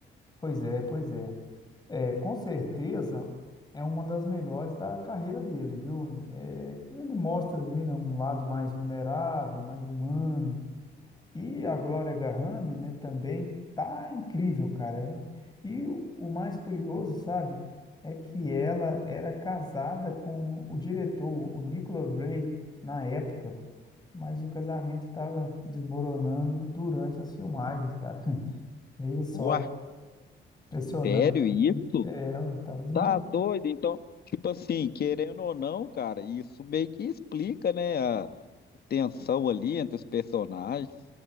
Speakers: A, on the left; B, on the left.
A: pois é, pois é. É, com certeza é uma das melhores da carreira dele, viu? É, ele mostra ali, né, um lado mais vulnerável, mais humano. E a Glória Grahame, né, também tá incrível, cara. hein? E o, o mais curioso, sabe, é que ela era casada com o diretor, o Nicholas Ray, na época, mas o casamento estava desmoronando durante as filmagens, cara. <laughs> Veja só,
B: O
A: impressionante.
B: artério, isso?
A: É, estava desmoronando.
B: Tá doido. Então, tipo assim, querendo ou não, cara, isso meio que explica, né, a a tensão ali entre os personagens